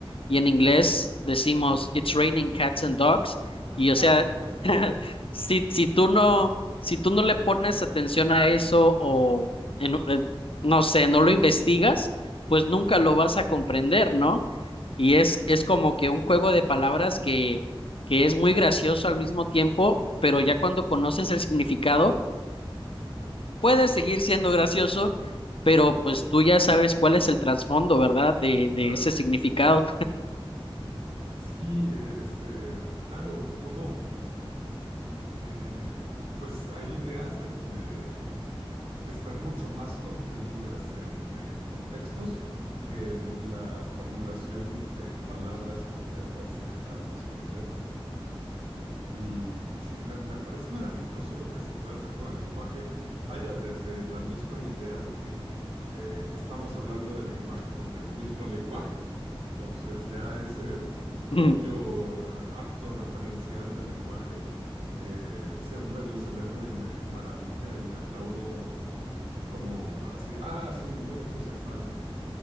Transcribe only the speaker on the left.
Y en inglés decimos, It's raining cats and dogs.
Y o sea,
<laughs> si, si tú no, si tú no le pones atención a eso o, en- eh, no sé, no lo investigas, pues nunca lo vas a comprender, ¿no? Y es, es como que un juego de palabras que, que es muy gracioso al mismo tiempo, pero ya cuando conoces el significado, puede seguir siendo gracioso, pero pues tú ya sabes cuál es el trasfondo, ¿verdad? De, de
ese significado.
<laughs>